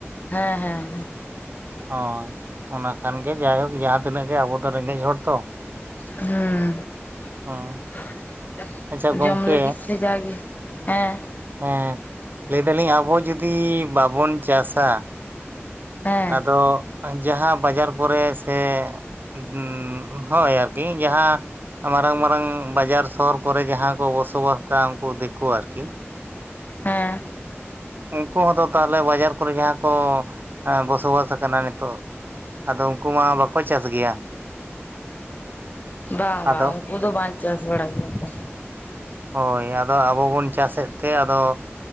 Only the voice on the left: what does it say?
ᱦᱮᱸ ᱦᱮᱸ
ᱦᱩᱸ
<unintelligible>
ᱡᱚᱢ ᱞᱟᱹᱜᱤᱫ ᱛᱮ ᱡᱟᱜᱮ ᱦᱮᱸ
ᱦᱮᱸ
ᱦᱮᱸ
ᱵᱟᱝ
ᱵᱟᱝ ᱳᱝᱠᱚ ᱫᱚ ᱵᱟᱝ ᱪᱟᱥ ᱵᱟᱲᱟᱭ ᱜᱮᱭᱟ ᱠᱚ